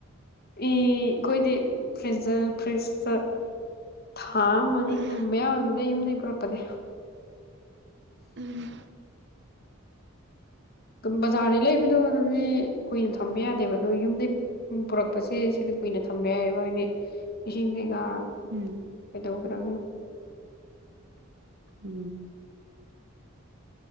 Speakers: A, on the left; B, on the right.
A: ꯏ ꯏꯈꯣꯏꯗꯤ ꯐ꯭ꯔꯤꯖꯔ ꯐ꯭ꯔꯤꯖꯇ ꯊꯥ ꯑꯃ ꯑꯅꯤ
B: ꯎꯝ
A: ꯊꯝꯕ ꯌꯥꯎꯝꯅꯤꯗ ꯌꯨꯝꯗꯩ ꯄꯨꯔꯛꯄꯗꯤ
B: ꯎꯝ
A: ꯕꯖꯥꯔꯗꯩ ꯂꯩꯕꯗꯣꯗꯨꯗꯤ ꯀꯨꯏꯅ ꯊꯝꯕ ꯌꯥꯗꯦꯕ ꯑꯗꯣ ꯌꯨꯝꯗꯩ ꯎ ꯄꯨꯔꯛꯄꯁꯤ ꯁꯤꯗ ꯀꯨꯏꯅ ꯊꯝꯕ ꯌꯥꯏꯑꯕ ꯍꯥꯏꯗꯤ ꯏꯁꯤꯡ ꯀꯩꯀꯥ
B: ꯎꯝ
A: ꯀꯩꯗꯧꯗ꯭ꯔꯃꯤꯅ
B: ꯎꯝ